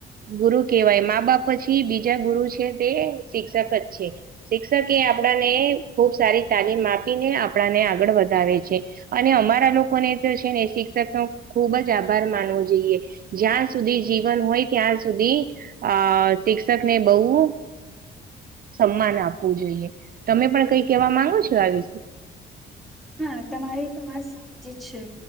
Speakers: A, on the right (about 45°); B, in the centre.
A: ગુરુ કેવાય મા બાપ પછી બીજા ગુરુ છે તે શિક્ષક જ છે. શિક્ષકે એ આપણાને ખુબ સારી તાલીમ આપીને આપણાને આગળ વધાવે છે અને અમારા લોકોને તો છે ને શિક્ષક નો ખુબ જ આભાર માનવો જોઈએ. જ્યાં સુધી જીવન હોય ત્યાં સુધી આ શિક્ષકને બહુ સમાન આપવું જોઈએ તમે પણ કઈ કેવા માંગો છો આ વિશે?
B: હા તમારી તો વાત સાચી છે.